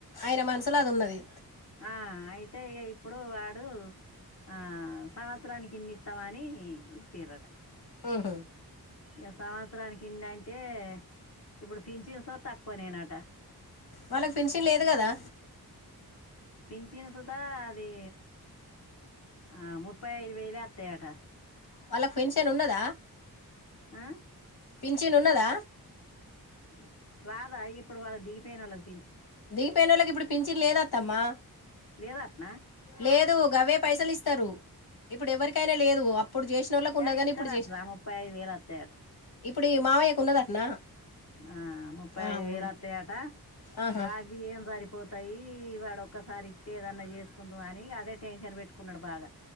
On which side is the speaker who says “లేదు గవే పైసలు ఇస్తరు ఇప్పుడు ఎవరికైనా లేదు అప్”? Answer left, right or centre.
Left